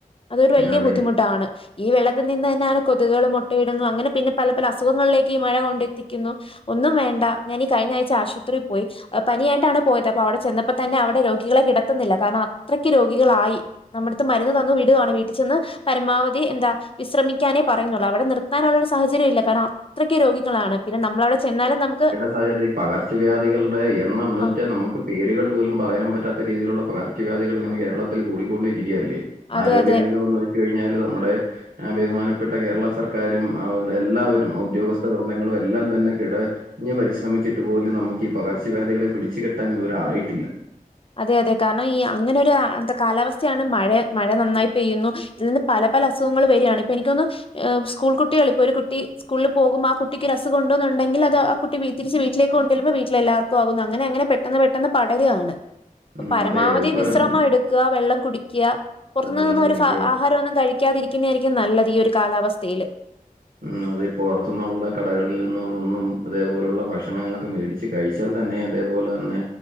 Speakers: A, on the left; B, on the right.
A: അതൊരു വലിയ
B: അതെ.
A: ബുദ്ധിമുട്ടാണ് ഈ വെള്ളത്തിൽ നിന്ന് തന്നെയാണ് കൊതുകൾ മുട്ടയിടുന്നു അങ്ങനെ പിന്നെ പല പല അസുഖങ്ങളിലേക്ക് ഈ മഴ കൊണ്ടെത്തിക്കുന്നു ഒന്നും വേണ്ട ഞാൻ ഈ കഴിഞ്ഞ ആഴ്ച ആശുപത്രിയിൽ പോയി ആഹ് പനിയായിട്ടാണ് പോയത് അപ്പൊ അവിടെ ചെന്നപ്പോ തന്നെ അവിടെ രോഗികളെ കിടത്തുന്നില്ല കാരണം അത്രയ്ക്ക് രോഗികളായി. നമ്മടടുത്ത് മരുന്ന് തന്നു വീടുവാണ് വീട്ടിൽ ചെന്ന് പരമാവധി എന്താ വിശ്രമിക്കാനേ പറയുന്നുള്ളൂ അവിടെ നിർത്താനുള്ള ഒരു സാഹചര്യം ഇല്ല കാരണം അത്രക്ക് രോഗികളാണ് പിന്നെ നമ്മളവിടെ ചെന്നാലും നമുക്ക്
B: സാഹചര്യ ഈ പകർച്ചവ്യാധികളുടെ എണ്ണം എന്ന് വെച്ചാൽ
A: ആ
B: നമുക്ക് പേരുകൾ പോലും പറയാൻ പറ്റാത്ത രീതിയിലുള്ള പകർച്ചവ്യാധികൾ ഇങ്ങനെ കേരളത്തിൽ കൂടിക്കൊണ്ടിരിക്കുകയല്ലേ
A: അതെ
B: ആരോഗ്യ
A: അതെ
B: രംഗം നോക്കി കഴിഞ്ഞാല് നമ്മുടെ അഭിമാനപ്പെട്ട കേരള സർക്കാരും എല്ലാവരും ഉദ്യോഗസ്ഥ വൃന്തങ്ങളും എല്ലാം തന്നെ കിടഞ്ഞ് പരിശ്രമിച്ചിട്ട് പോലും നമുക്ക് ഈ പകർച്ചവ്യാധികളെ പിടിച്ച് കെട്ടാൻ ഇതു വരെ ആയിട്ടില്ല
A: അതെ അതെ കാരണം ഈ അങ്ങനൊരു എന്ത കാലാവസ്ഥയാണ് മഴ മഴ നന്നായി പെയ്യുന്നു ഇതിൽ നിന്ന് പല പല അസുഖങ്ങൾ വരികാണ് ഇപ്പൊ എനിക്കൊന്ന് സ്കൂൾ കുട്ടികളിപ്പോ ഒരു കുട്ടി സ്കൂളിൽ പോകും ആ കുട്ടിക്ക് ഒരസുഗം ഉണ്ടെന്നുണ്ടെങ്കിൽ അത് കുട്ടി വീ തിരിച്ച് വീട്ടിലേക്ക് കൊണ്ടെല്ലുമ്പോ വീട്ടിലെ എല്ലർക്കും ആകുന്നു അങ്ങനെ അങ്ങനെ പെട്ടന്ന് പെട്ടന്ന് പടരാണ്
B: ഉം.
A: പരമാവധി
B: അതെ. അതിപ്പം
A: വിശ്രമം എടുക്കുക വെള്ളം കുടിക്കുക പുറത്തുനിന്നൊന്നും
B: വെള്ളം കുടിക്കുക
A: ഒരു ആഹാരം ഒന്നും കഴിക്ക ടിക്കാതിരിക്കുന്നതായിരിക്കും നല്ലത് ഈ ഒരു കാലാവസ്ഥയിൽ
B: ഉം അതേ പൊറത്തുന്നുള്ള കടകളിൽ നിന്നൊന്നും അതേപോലുള്ള ഭക്ഷണങ്ങളൊക്കെ മേടി ഇത് കഴിച്ചാൽ തന്നെ അതേപോലെ തന്നെ